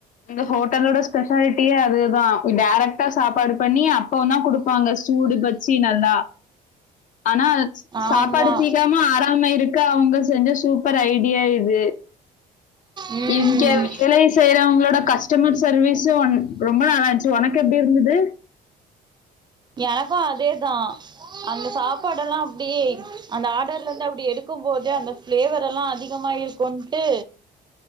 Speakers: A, on the left (about 50°); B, on the right (about 25°).
A: அந்த ஹோட்டலோட ஸ்பெஷாலிட்டியே அதுதா டேரக்ட். கா சாப்பாடு பண்ணி அப்போ தான் குடுப்பாங்க சூடு வச்சி நல்லா. ஆனா சாப்பாடு
B: ஆமா
A: சீக்கிரமா ஆராம இருக்க. அவுங்க செஞ்ச சூப்பர் ஐடியா இது.
B: ம்
A: இங்க வேலை செய்றவங்களோ. கஸ்டமர் சர்வீஸும் ரொம்ப நல்லாருந்துச்சு ஒனக்கு எப்படி இருந்தது.
B: எனக்கும் அதேதா அந்த சாப்பாடெல்லாம் அப்டியே அந்த ஆர்டர்ல இருந்து அப்டி எடுக்கும்போதே அந்த பிளேவர் எல்லாம் அதிகாம இருக்கும்ட்டு